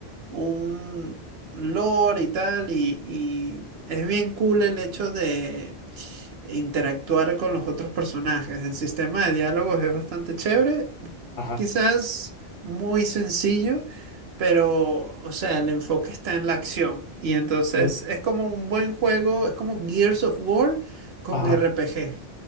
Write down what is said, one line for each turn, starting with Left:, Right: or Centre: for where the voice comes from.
Right: un lore y tal, y, y es bien cool el hecho de interactuar con los otros personajes. El sistema de diálogos es bastante chévere
Left: Ajá,
Right: Quizás muy sencillo, pero, o sea, el enfoque está en la acción. Y entonces
Left: de-
Right: es como un buen juego, es como Gears of War con
Left: ajá.
Right: RPG.